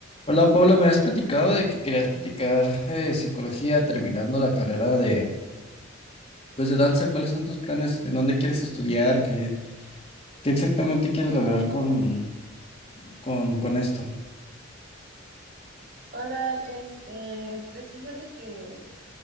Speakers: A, on the left (about 30°); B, on the right (about 50°).
A: Hola Paula, me habías platicado de que querías platicar eh, psicología terminando la carrera de, pues, de danza. ¿Cuáles son tus planes? ¿En dónde quieres estudiar? ¿Qué, qué exactamente quieres lograr con, con, con esto?
B: Hola, este, pues fíjate que,